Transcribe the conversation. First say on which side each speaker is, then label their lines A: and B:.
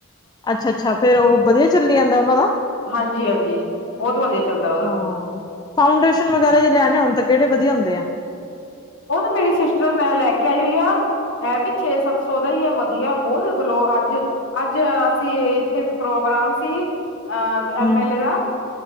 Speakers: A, on the left (about 20°); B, on the left (about 60°).
A: ਅੱਛਾ ਅੱਛਾ ਫੇਰ ਉਹ ਵਧੀਆ ਚੱਲੀ ਜਾਂਦਾ ਉਹਨਾਂ ਦਾ?
B: ਹਾਂਜੀ ਹਾਂਜੀ। ਬਹੁਤ ਵਧੀਆ ਚੱਲਦਾ। ਉਹਦਾ।
A: ਹਾਂ, ਫਾਊਂਡੇਸ਼ਨ ਵਗੈਰਾ ਜੇ ਲੈਣੇ ਹੋਣ ਤਾਂ ਕਿਹੜੇ ਵਧੀਆ ਹੁੰਦੇ ਆ।
B: ਉਹਨੂੰ ਮੇਰੀ ਸਿਸਟਰ ਇਨ ਲਾ ਲੈ ਕੇ ਆਈ ਹੋਈ ਆ। ਹੈ ਵੀ ਛੇ ਸੱਤ ਸੌ ਦਾ ਹੀ ਹੈ, ਵਧੀਆ ਬਹੁਤ ਗਲੋ ਅੱਜ ਅੱਜ ਅਸੀਂ ਇੱਥੇ ਪ੍ਰੋਗਰਾਮ ਸੀ ਅ
A: ਹਮ
B: ਐਮ ਐਲ ਏ ਦਾ।